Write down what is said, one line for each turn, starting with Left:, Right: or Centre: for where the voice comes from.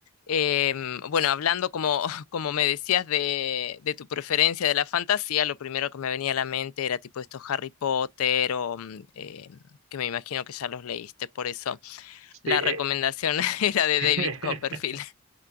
Left: em, bueno, hablando como, <laughs> como me decías de, de tu preferencia de la fantasía, lo primero que me venía a la mente era tipo estos Harry Potter o mm, em, que me imagino que ya los leíste, por eso
Right: sí,
Left: la
Right: eh,
Left: recomendación <laughs> era de
Right: <laughs>
Left: David Copperfield.
Right: <laughs>